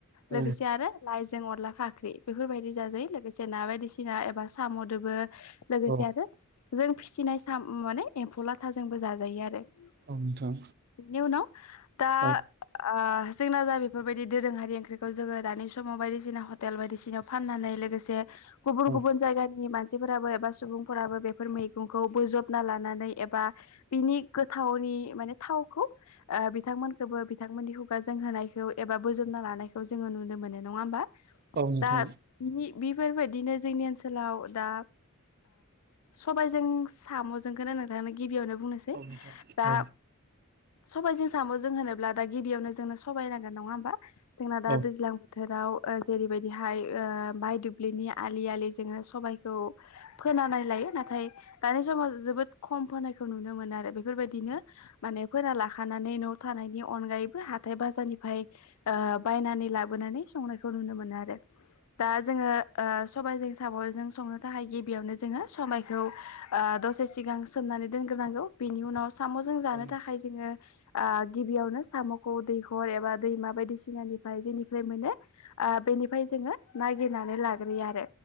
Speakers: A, on the right; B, on the left.
A: औ
B: लोगोसे आरो लाइजों अनला फाख्रि बेफोरबायदि जाजायो लोगोसे। ना बायदिसिना एबा साम'दोबो लोगोसे
A: औ
B: आरो जों फिसिनाय साम माने एम्फौ लाथाजोंबो जाजायो आरो बिनि
A: नोंथां
B: उनाव दा
A: औ
B: ओ जोंना जा बेफोरबायदि दोरोङारि ओंख्रिखौ जोङो दानि समाव बायदिसिना। हटेल बायदिसिनायाव फाननानै लोगोसे गुबुन गुबुन
A: औ औ
B: जायगानि मानसिफोराबो एबा सुबुं फोराबो बेफोर मैगंखौ बोजबना लानानै एबा बिनि गोथावनि माने थावखौ ओ बिथांमोनखौबो बिथांमोननि खुगाजों होनायखौ एबा बोजबना लानायखौ जोङो नुनो मोनो नङा होमबा
A: औ नोंथां
B: दा बिनि बेफोरबायदिनो जोंनि ओनसोलाव दा सबायजों साम'जोंखौनो नोंथांनो गिबियावनो बुंनोसै
A: औ नोंथां
B: दा
A: औ
B: सबजों साम' जों होनो अब्ला दा गिबियावनो जोंनो सबबाय नांगोन नङा होमबा जोंना दा
A: औ
B: दैज्लां बोथोराव ओ जेरैबायदिहाय ओ बाहाय दुब्लिनि आलि आलि जोङो सबाइखौ फोनानै लायो नाथाय नाथाय दानि समाव जोबोद खम फनायखौ नुनो मोनो आरो बेफोरबायदिनो मान फोरा लाखानानै न' थानायनि अनगायैबो हा बाजारनिफ्राय ओ बायनानै लाबोनानै संनाय खौ नुनो मोनो आरो दा जोङो ओ सबायजों साबरजों संनो थाखाय गिबियावनो जोङो सबायखौ दसे सिगां सोमनानै दोनग्रोनांगौ बेनि उनाव सामजों
A: औ
B: जानो थाखाय जोंङो आ गिबियावनो साम'खौ दैखर एबा दैमा बायदिसिनानिफ्राय मोनो ओ बेनिफ्राय जोंङो नाइगिरनानै लाग्रोयो